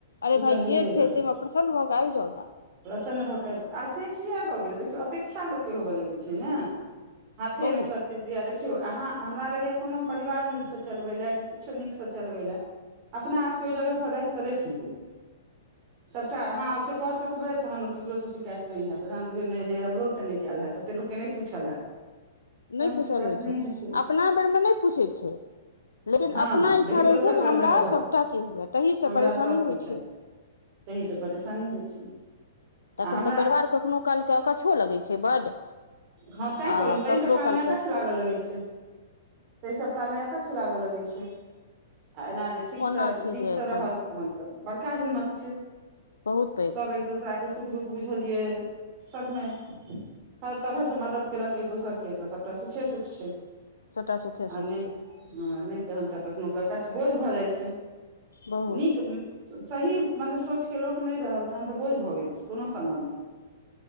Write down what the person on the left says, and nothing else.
अरे
भाय
जे
छै
तैमे प्रसन्न भऽ कऽ आबि जाउ न
बहुत
नहि पूछल
होइ
छै
अपना बेरमे नहि पूछै छै लेकिन
अपना
इच्छा
रहै छै जे
हमरा
सभटा चीज हुए ताहिसँ
परेशानी
होइ छै
तखन
तऽ परिवार कखनो कालके अकच्छो लगैत छै बड्ड
आ
कखनो
कालके
ओना छै
जे अपन
बहुत पैघ
सब टा सुखे
सुख
छै
बहुत